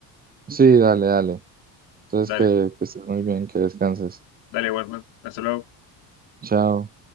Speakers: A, on the right (about 20°); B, on the left (about 70°).
A: sí, dale, dale. Entonces
B: Dale,
A: que, que estés muy bien, que descanses.
B: dale, Warman. Hasta luego.
A: Chao.